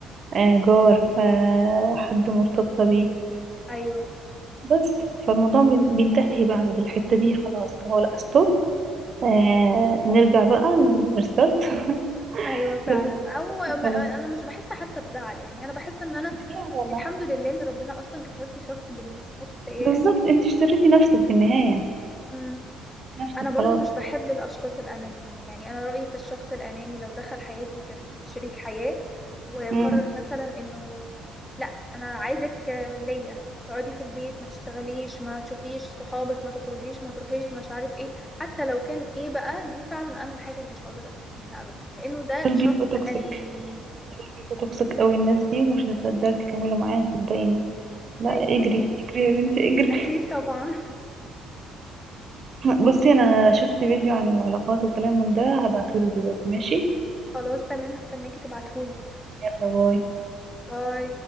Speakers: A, on the right; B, on the left.
A: آه، جار آه، حد مرتبطه بيه
B: ايوه
A: بس فالموضوع بين- بينتهي بقى عند الحته دي خلاص اللي هو لا ستوب آه نرجع بقى نرستارت <laughs>
B: ايوه فعلا
A: يلا
B: او ما
A: خلاص
B: انا مش بحس حتى بزعل يعني انا بحس ان انا
A: لا لا لا
B: الحمد لله ان ربنا اصلا كشف لي شخص بالمواصفات السيئه
A: بالظبط
B: دي
A: انت اشتريتي نفسك في النهايه
B: امم
A: نفسك
B: انا برضو
A: خلاص
B: مش بحب الاشخاص الانانيين يعني انا رايي في الشخص الاناني لو دخل حياتي كان شريك حياه وقرر
A: مم.
B: مثلا انه لا انا عايزك ليا تقعدي في البيت ما تشتغليش ما تشوفيش صحابك ما تخرجيش ما تروحيش مش عارف ايه حتى لو كان ايه بقى دي فعلا انا الحاجه اللي مش هقدر استحملها ابدا لانه ده
A: دول
B: شخص
A: بيبقوا توكسيك
B: اناني
A: هيبقوا توكسيك قوي الناس دي ومش هتقدري تكملوا معاهم صدقيني لا
B: ايوه
A: اجري اجري يا بنتي اجري
B: اكيد طبعا
A: <laughs> بصي انا شفت فيديو عن العلاقات وكلام من ده هبعتهولك دلوقتي ماشي
B: خلاص تمام هستناكي تبعتهولي
A: يلا باي
B: باي